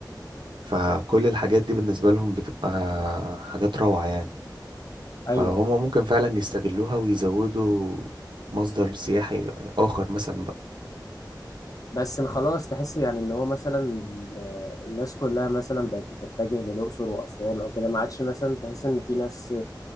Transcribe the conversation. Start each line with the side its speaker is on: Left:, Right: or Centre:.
Right: فكل الحاجات دي بالنسبة لهم بتبقى حاجات روعة يعني فهم
Left: ايوه
Right: ممكن فعلا يستغلوها ويزودوا مصدر سياحي آخر مثلا بقى
Left: بس خلاص تحس يعني ان هو مثلا ال- الناس كلها مثلا بقت بتتجه للاقصر واسوان او كده ما عادش مثلا تحس ان في ناس